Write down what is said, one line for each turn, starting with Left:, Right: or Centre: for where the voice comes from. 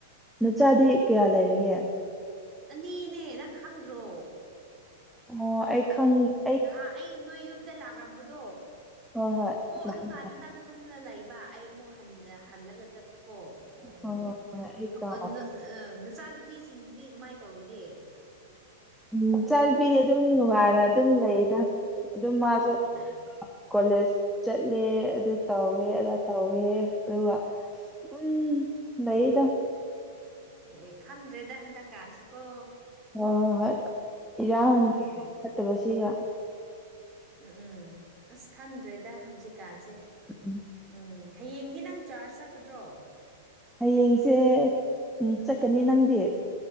Centre: ꯅꯆꯥꯗꯤ ꯀꯌꯥ ꯂꯩꯔꯒꯦ꯫
Right: ꯑꯅꯤꯅꯦ ꯅꯪ ꯈꯪꯗ꯭ꯔꯣ꯫
Centre: ꯑꯣ ꯑꯩ ꯈꯪꯉꯤ
Right: ꯅꯍꯥꯛ ꯑꯩ ꯅꯣꯏ ꯌꯨꯝꯗ ꯂꯥꯛꯂꯝꯕꯗꯣ
Centre: ꯍꯣꯏ ꯍꯣꯏ
Right: ꯑꯣ
Centre: ꯂꯥꯛꯑꯦ
Right: ꯑꯗꯨꯀꯥꯟꯗ
Centre: ꯂꯥꯛꯑꯦ
Right: ꯅꯪ ꯇꯨꯝꯂ ꯂꯩꯕ ꯑꯩ ꯑꯃꯨꯛ ꯍꯟ ꯍꯜꯂꯒ ꯆꯠꯄꯀꯣ ꯎꯝ
Centre: ꯍꯣꯏ
Right: ꯎꯝ
Centre: ꯍꯣꯏ ꯍꯣꯏ ꯑꯩ
Right: <unintelligible>
Centre: ꯀꯥꯎ
Right: <unintelligible> ꯅꯆꯥꯅꯨꯄꯤꯁꯤꯡꯗꯨꯗꯤ ꯀꯃꯥꯏꯅ ꯇꯧꯔꯤꯒꯦ꯫
Centre: ꯎꯝ ꯏꯆꯥ ꯅꯨꯄꯤꯗꯤ ꯑꯗꯨꯝ ꯅꯨꯡꯉꯥꯏꯅ ꯑꯗꯨꯝ ꯂꯩꯗ ꯑꯗꯨꯝ ꯃꯥꯁꯨ
Right: ꯑꯣ
Centre: <unintelligible> ꯀꯣꯂꯦꯖ ꯆꯠꯂꯦ ꯑꯗꯨ ꯇꯧꯋꯦ ꯑꯗꯥ ꯇꯧꯋꯦ ꯑꯗꯨꯒ ꯗꯨꯝ ꯂꯩꯌꯦꯗ꯫
Right: ꯑꯦ ꯑꯦ ꯈꯪꯗ꯭ꯔꯦꯗ ꯍꯟꯗꯛ ꯀꯥꯟꯁꯤꯀꯣ꯫
Centre: ꯍꯣꯏ ꯍꯣꯏ ꯍꯣꯏ ꯏꯔꯥꯡꯒ
Right: ꯎꯝ
Centre: ꯏꯔꯥꯡ ꯐꯠꯇꯕꯁꯤꯒ꯫
Right: ꯎꯝ ꯎꯝ ꯑꯁ ꯈꯪꯗ꯭ꯔꯦꯗ ꯍꯧꯖꯤꯛꯀꯥꯟꯁꯦ
Centre: ꯎꯝ
Right: ꯎꯝ꯫ ꯍꯌꯦꯡꯗꯤ ꯅꯪ ꯆꯥꯔꯁ ꯆꯠꯀꯗ꯭ꯔꯣ꯫
Centre: ꯍꯌꯦꯡꯁꯦ ꯎꯝ ꯆꯠꯀꯅꯤ ꯅꯪꯗꯤ꯫